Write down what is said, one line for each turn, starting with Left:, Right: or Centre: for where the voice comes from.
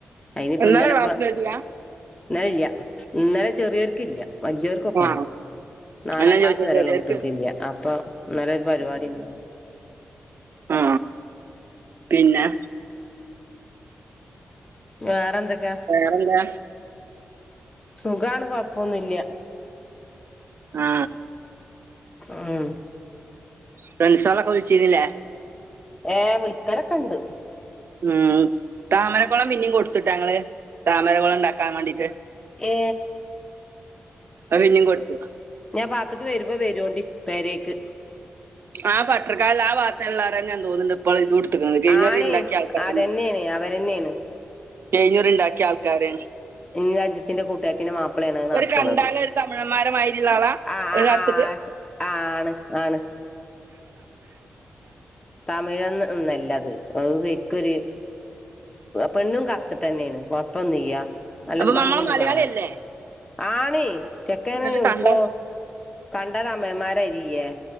Left: അയിനിപ്പ
Right: ഇന്നലെ
Left: ഇന്നല
Right: ക്ലാസ്സിന്
Left: ഇപ്പ
Right: പോയിട്ടില്ല
Left: ഇന്നലെ ഇല്ല. ഇന്നലെ ചെറിയവർക്ക് ഇല്ല. വല്ലിയവർക്കൊക്ക
Right: ആ
Left: ആയി നാലാം
Right: അതാ ഞാൻ
Left: ക്ലാസ്
Right: ചോദിച്ചെ
Left: വരെയുള്ള
Right: ചെറിയോർക്ക്
Left: കു ട്ട്യേൾക്കില്ല. അപ്പൊ ഇന്നലെ ഒരു പരിപാടിണ്ട്.
Right: ആ പിന്നെ
Left: വേറെന്ത്
Right: വേറെന്തൊ
Left: സുഖാണ് കൊഴപ്പൊന്നുല്ല.
Right: ആ
Left: ഉം
Right: ഫ്രണ്ട്സോളൊക്കെ വിളിച്ചീനില്ലേ.
Left: ഏ വിളിക്കലൊക്കെണ്ട്.
Right: ഉം താമരക്കുളം പിന്നെയും കൊടുത്തിട്ടാ ങ്ങള് താമരക്കുളം ഉണ്ടാക്കാൻ വേണ്ടീട്ട്.
Left: ഏ
Right: അത് പിന്നേം കൊടുത്ത്
Left: ഞാൻ പാത്ത്ക്ക് വരുമ്പോ വരുവോണ്ടി പെരേക്ക്
Right: ആ പട്ടരക്കാലുള്ള ആ ഭാത്തുള്ളവരന്നെയാന്ന് തോന്നുന്നുണ്ട്. ഇപ്പോൾ ഇത് കൊടുത്തിരിക്കുന്നത് കഴിഞ്ഞൂറി
Left: ആണ്
Right: ഉണ്ടാക്കിയ ആൾക്കാരെന്നെ
Left: അതെന്നെയാണ് അവരെന്നെയാണ്.
Right: കയിഞ്ഞിരി ഉണ്ടാക്കിയ ആൾക്കാര്
Left: ഇന്റെ അഞ്ചത്തിന്റെ കൂട്ടുകാരത്തിന്റെ മാപ്പിളയാണ് അത്
Right: ഒരേ
Left: നടത്തണത്
Right: കണ്ടാല് ഒരു തമിഴന്മാര് ള്ള മാരിയുള്ള ആളാ
Left: ആഹ്
Right: ഒരു കറുത്തിട്ട്.
Left: ആഹ് ആഹ് ആണ് ആണ് തമിഴനൊന്നും ഒന്നും അല്ലത്. അത് ശരിക്കൊര് പെണ്ണും കറുത്തിട്ടെന്നേണ്. കൊഴപ്പ ഒന്നും ഇയ്യ. നല്ല
Right: അപ്പൊ
Left: മങ്ങീണ്ട്
Right: നമ്മളെ മലയാളി
Left: കാണാന്.
Right: അല്ലേ
Left: ആണ് ചെക്കേണ്
Right: എന്നിട്ട്
Left: ഉടുക്കോ
Right: കണ്ട
Left: കണ്ടാ തമിഴ്മാരെ അരീയ്യേ.